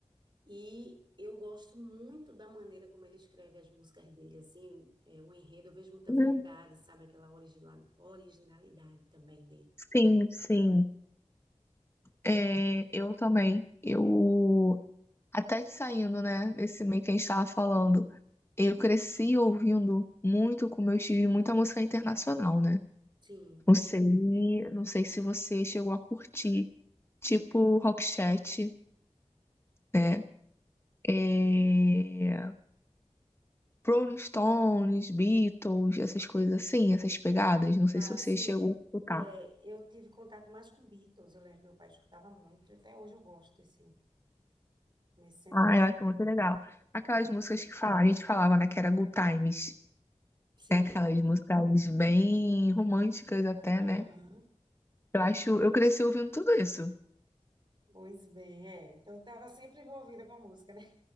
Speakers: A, on the right; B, on the left.
A: E eu gosto muito da maneira como ele escreve as músicas dele, assim, é, o enredo, eu vejo muita
B: Uhum.
A: verdade, sabe? Aquela origina- originalidade também dele.
B: Sim, sim. É, eu também. Eu até que saindo, né, desse meio que a gente estava falando, eu cresci ouvindo muito com meus tios, muita música internacional, né?
A: Sim.
B: Não sei, não sei se você chegou a curtir tipo Rockchat, né? É... Rolling Stones, Beatles, essas coisas assim, essas pegadas. Não sei
A: Ah,
B: se você
A: sim,
B: chegou a escutar.
A: é, eu tive contato mais com Beatles, eu lembro que meu pai escutava muito, até hoje eu gosto desse. nesse sentido.
B: Ah, eu acho muito legal. Aquelas
A: É,
B: músicas que fala, a gente falava, né, que era Good Times,
A: sim,
B: né? Aquelas músicas bem românticas até,
A: aham,
B: né? Eu acho, eu cresci ouvindo tudo isso.
A: Pois bem, é. Então estava sempre envolvida com a música, né?